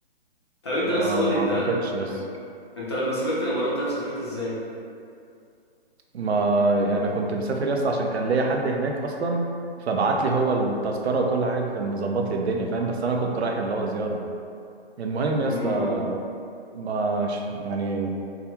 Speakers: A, on the left; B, on the right.
A: طب أنت
B: ما
A: بس قول
B: ما
A: لي أنت
B: اعتقدش يا اسطى
A: أنت أنت لما سافرت الإمارات طيب سافرت إزاي؟
B: ما يعني انا كنت مسافر يا اسطى عشان كان ليا حد هناك اصلا فبعت لي هو التذكره وكل حاجه كان مظبط لي الدنيا فاهم بس انا كنت رايح اللي هو زياره المهم
A: امم
B: يا اسطى ما ش- يعني